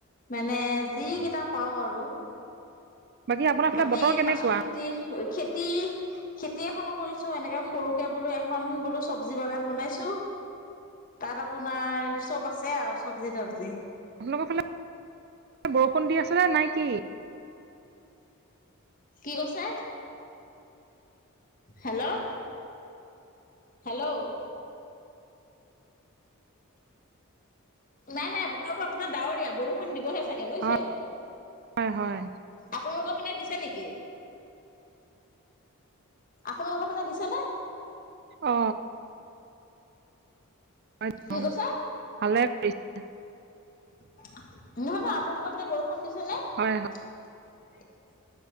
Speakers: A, on the left (about 40°); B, on the right (about 45°).
A: মানে যিকেইটা পাওঁ আৰু।
B: বাকী আপোনাৰ ফালে
A: বাকী
B: বতৰ কেনেকুৱা
A: পাচলি খেতি খেতি, গোতেইখনো কৰিছো। এনেকে সৰুকে বোলো এখন বোলো চব্জি বাগান বনাইছো। তাত আপোনাৰ চব আছে আৰু চবজি তবজি।
B: আপোনালোকৰ ফালে বৰষুণ দি আছে নাই কি?
A: কি কৈছে হেল্ল', হেল্ল', নাই নাই বতৰটো আপোনাৰ ডাৱৰীয়া, বৰষুণ দিবহে চাগে বুইছে।
B: হয় হয় হয়
A: আপোনালোকৰ পিনে দিছে নেকি? আপোনালোকৰ মানে দিছে নে?
B: অ হয় ত
A: কি কৈছে
B: ভালে কৰিছে <unintelligible>
A: নহয় নহয় আপোনালোকৰ পিনে বৰষুণ দিছে নে?
B: হয় হয়
A: <unintelligible>